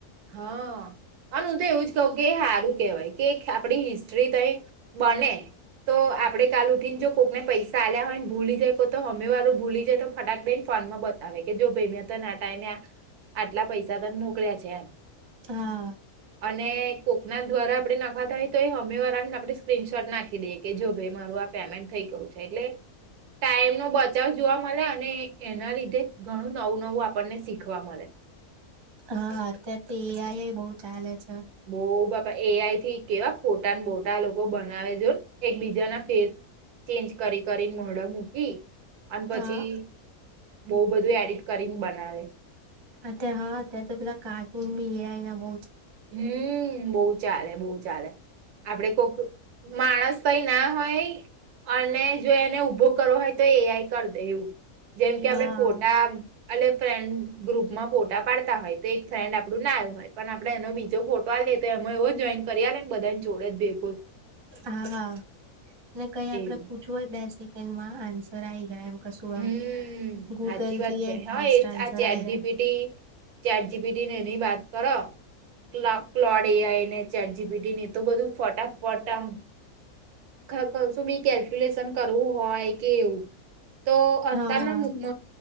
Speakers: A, on the right; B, on the right.
A: હા, અન ઉં તો એવું જ તો કે હારું કેવાય કે એક આપડી હિસ ટ્રી તઈ બને તો આપડે કાલ ઉઠીને જો કોકને પૈસા આલ્યા હોય ને ભૂલી જાય કો તો હમે વારું ભૂલી જાય તો ફટાક દઈ ને ફોનમાં બતાવે કે જો ભઈ મેં તને આ ટાઈમે આટલા પૈસા તને મોકલ્યા છે એમ
B: હા.
A: અને કોકના દ્વારા આપણે નખાતા હો તો એ હામે વારાને આપણે સ્ક્રીનશોટ નાખી દઈએ કે જો ભઈ મારું આ પેમેન્ટ થઈ ગયું છે એટલે ટાઈમનો બચાવ જોવા મલે અને એના લીધે ઘણું નવું નવું આપણને શીખવા મલે
B: હા અત્યાર તો એ આઈ એ બઉ ચાલે છે.
A: બોઉ <unintelligible> એ આઈ થી કેવા ફોટા ન બોટા લોકો બનાવે જો ન એક બીજાના ફેસ ચેન્જ કરી કરી ન મોઢા મૂકી અને પછી
B: હા
A: બઉ બધું એક ડિટ કરીન બનાવે
B: અ ત હા તે તો પેલા કાર્ટૂન બી એ આય ના બઉ
A: <unintelligible> બૌ ચાલે બઉ ચાલે આપડે કોક માણસ કઈ ના હોય અને જો એને ઊભો કરવો હોય તો એ આઈ કર દે એવું જેમ કે
B: હા
A: આપડે ફોટા અને ફ્રેન્ડ ગ્રુપમાં ફોટા પાડતા હોય તો એક ફ્રેન્ડ આપડું ના આયુ હોય પન આ આપડે એનો બીજો લફોટો આલ્યે તો એમાં એવો જોઈન કરી આલેને બધાન જોડે જ ભેગો
B: હા ને કંઈ આપડે
A: એવું
B: પૂછવું હોય બેસી એમાં આન્સર આઈ ગયા એમ. કશું
A: હમ્મ,
B: એમ ગૂગલ
A: હાચી વાત
B: થી
A: છે. હા
B: ફાસ્ટ
A: એ
B: આન્સર
A: આ ચેટ
B: આઈ
A: જી
B: જાય
A: P T chat G P T ને એની વાત કરો કલા કલોડ એ આઈ ને ચેટ જી પી ટી ને એ તો બધું ફટાફટ આમ ખ ખશું બી કેલ્ક્યુલેશન કરવું હોય કે એવું તો અત્યારના
B: હા
A: મુ મ